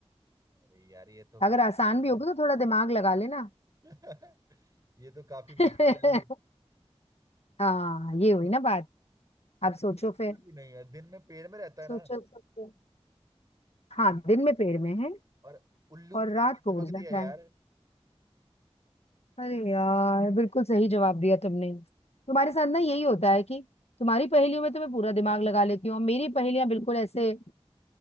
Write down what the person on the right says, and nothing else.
अरे यार ये तो काफी
मुश्किल
है <laughs> ये तो काफी
मुश्किल है
मुश्किल
भी नहीं है दिन में पेड़ में रहता है
ना
और उल्लू
की
आंखें
चमकती
है यार